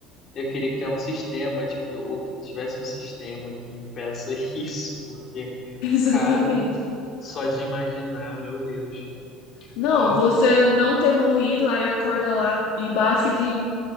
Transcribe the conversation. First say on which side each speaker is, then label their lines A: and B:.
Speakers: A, on the left (about 35°); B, on the left (about 70°).
A: Eu queria criar um sistema, tipo, ou que tivesse um sistema que impeça <laughs> isso, porque,
B: <laughs> exatamente.
A: cara, só de imaginar, meu Deus.
B: Não,
A: Ó,
B: você não ter morrido, aí acorda lá embaixo de